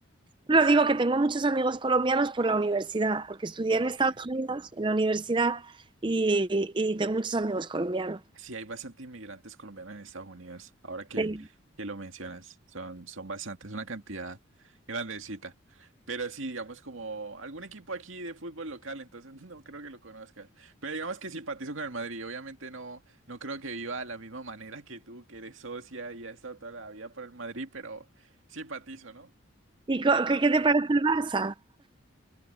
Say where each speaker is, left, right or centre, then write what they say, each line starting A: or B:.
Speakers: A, on the right (about 25°); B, on the right (about 80°).
A: Pero digo que tengo muchos amigos colombianos por la universidad, porque estudié
B: Ok.
A: en Estados Unidos, en la universidad, y, y tengo muchos amigos colombianos.
B: Sí, hay bastante inmigrantes colombianos en Estados Unidos, ahora que,
A: Sí.
B: que lo mencionas, son, son bastantes, una cantidad grandecita. Pero sí, digamos como algún equipo aquí de fútbol local, entonces <laughs> no creo que lo conozcas. Pero digamos que simpatizo con el Madrid, obviamente no, no creo que viva de la misma manera que tú, que eres socia y has estado toda la vida por el Madrid, pero simpatizo, ¿no?
A: ¿Y co-
B: Con
A: qué,
B: el
A: qué
B: Real
A: te
B: Madrid.
A: parece el Barça?